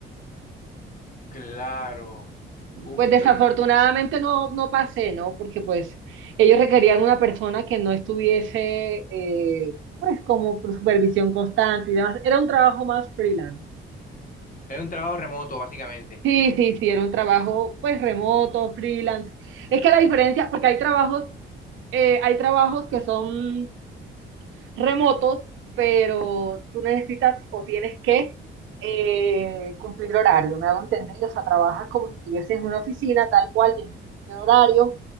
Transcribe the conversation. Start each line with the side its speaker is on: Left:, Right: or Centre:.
Left: Claro. Uf,
Right: Pues desafortunadamente
Left: pero
Right: no, no pasé, ¿no? Porque pues ellos requerían una persona que no estuviese eh, pues como por supervisión constante y demás. Era un trabajo más freelance.
Left: es un trabajo remoto, básicamente.
Right: Sí, sí, sí, era un trabajo pues remoto, freelance. Es que la diferencia, porque hay trabajos, eh, hay trabajos que son remotos, pero tú necesitas o tienes que eh, cumplir horario, ¿me hago entender? O sea, trabajas como si estuvieses en una oficina, tal cual, tienes que cumplir horario,